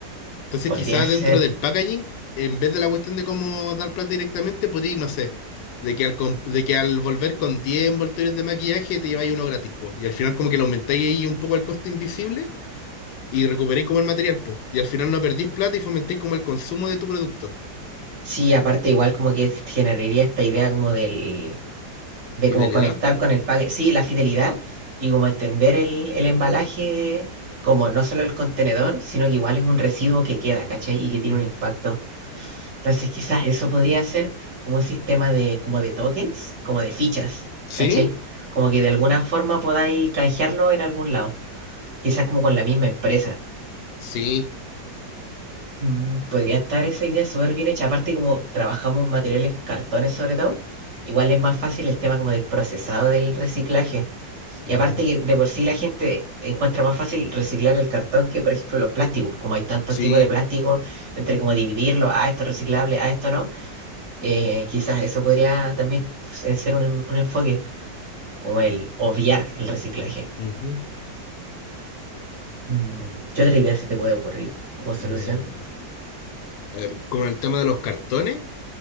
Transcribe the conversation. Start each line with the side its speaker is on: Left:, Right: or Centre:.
Left: Entonces,
Right: Podría
Left: quizás
Right: ser.
Left: dentro del packaging, en vez de la cuestión de cómo dar plata directamente, podría, no sé, de que al, comp- de que al volver con 10 envoltorios de maquillaje te lleváis uno gratis, po. Y al final como que le aumentáis ahí un poco el costo invisible y recuperáis como el material, po. Y al final no perdís plata y fomentáis como el consumo de tu producto.
Right: Sí, aparte igual como que generaría esta idea como del de
Left: Fidelidad.
Right: como conectar con el pague, sí, la fidelidad y como entender el, el embalaje como no solo el contenedor, sino que igual es un residuo que queda, ¿cachai? Y que tiene
Left: Mm.
Right: un impacto. Entonces quizás eso podría ser como un sistema de, como de tokens, como de fichas,
Left: ¿Sí?
Right: ¿cachai? Como que de alguna forma podáis canjearlo en algún lado, quizás como con la misma empresa.
Left: Sí.
Right: Mm, podría estar esa idea súper bien hecha, aparte como trabajamos materiales, cartones sobre todo, igual es más fácil el tema como del procesado del reciclaje. Y
Left: Mm.
Right: aparte que de por sí la gente encuentra más fácil reciclar el cartón que, por ejemplo, los plásticos. Como hay tantos
Left: Sí.
Right: tipos de plástico, entre como dividirlo, ah, esto es reciclable, ah, esto no, eh, quizás eso podría también se- ser un, un enfoque, como el obviar el reciclaje.
Left: Ujú.
Right: Mm, ¿Qué otra idea se te puede ocurrir como solución?
Left: Mm. A ver, como el tema de los cartones,